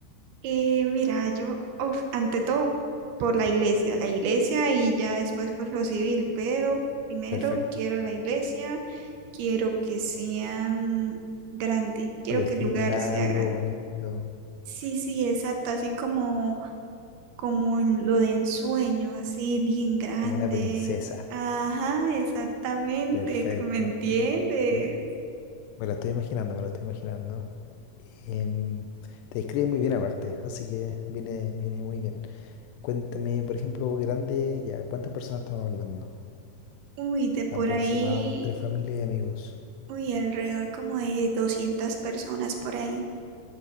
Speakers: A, on the right (about 75°); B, on the left (about 85°).
A: Eh, mira, yo, uf, ante todo, por la iglesia, la iglesia y ya después por lo civil, pero primero
B: Perfecto.
A: quiero la iglesia, quiero que sea mm, grande, quiero
B: Tu vestido
A: que el lugar
B: largo,
A: sea grande.
B: bonito,
A: Sí, sí, exacto, así como, como en lo de ensueño, así bien grande.
B: como una princesa.
A: Ajá, exactamente,
B: Perfecto.
A: que ¿me entiendes?
B: Ya. Me, me lo estoy imaginando, me lo estoy imaginando. Em, te describe muy bien aparte, así que viene, viene muy bien. Cuéntame, por ejemplo, grande, ya, ¿cuántas personas estamos hablando?
A: Uy, de por
B: Aproximado
A: ahí,
B: entre familia y amigos.
A: uy, alrededor como de 200 personas por ahí.